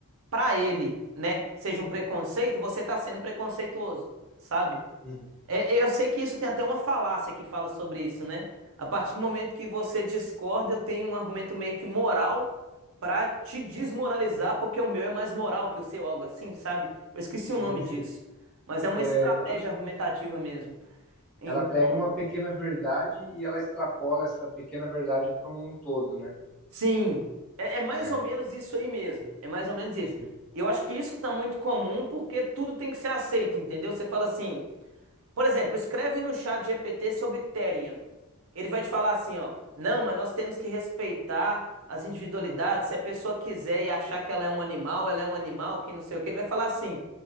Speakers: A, on the right (about 65°); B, in the centre.
A: para ele, né, seja um preconceito, você está sendo preconceituoso, sabe?
B: Uhum.
A: É, é, eu sei que isso tem até uma falácia que fala sobre isso, né? A partir do momento que você discorda, eu tenho um argumento meio que moral pra te desmoralizar, porque o meu é mais moral que o seu, algo assim, sabe? Eu esqueci o
B: Sim,
A: nome
B: sim.
A: disso. Mas é uma
B: é,
A: estratégia argumentativa mesmo. Então,
B: ela pega uma pequena verdade e ela extrapola essa pequena verdade para um todo, né?
A: sim, é, é mais
B: É.
A: ou menos isso aí mesmo. É mais ou menos isso.
B: Uhum.
A: Eu acho que isso tá muito comum porque tudo tem que ser aceito, entendeu? Você fala assim. Por exemplo, escreve no chat GPT sobre Therian. Ele vai te falar assim, ó, não, mas nós temos que respeitar as individualidades. Se a pessoa quiser e achar que ela é um animal, ela é um animal, que não sei o que, ele vai falar assim.